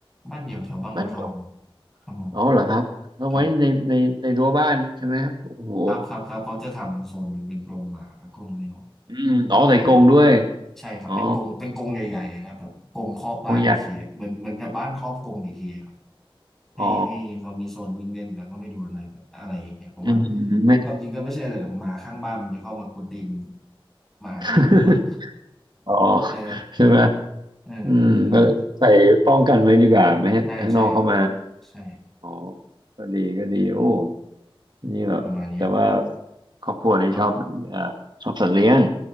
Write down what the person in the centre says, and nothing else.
บ้านเดี่ยวแถวบางบัวทอง
ครับผม
ครับครับครับครับเขาจะทำโซนหนึ่งเป็นกรงหมากรงแมว
อ่าใช่ครับเป็นกรงเป็นกรงใหญ่ๆครับแบบกรงครอบบ้านอีกทีอะเหมือนเหมือนกับบ้านครอบกรงอีกทีอะครับ
ให้ให้เขามีโซนวิ่งเล่นแล้วก็ไม่โดนอะไรอะไรอย่างเงี้ยเพราะว่า
ความจริงก็ไม่ใช่อะไรหรอกหมาข้างบ้านมันจะเข้ามากวนตีนหมาพี่ผมบ่อย
เออ
เออเออเออ
ใช่ใช่ครับใช่
ประมาณนี้ครับ
ครับ